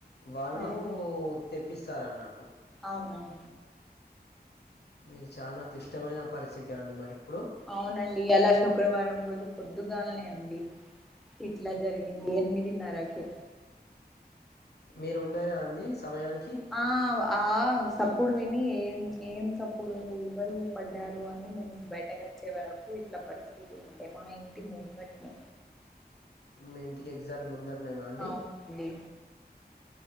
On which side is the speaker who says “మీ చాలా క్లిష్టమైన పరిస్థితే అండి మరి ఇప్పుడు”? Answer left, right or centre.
Left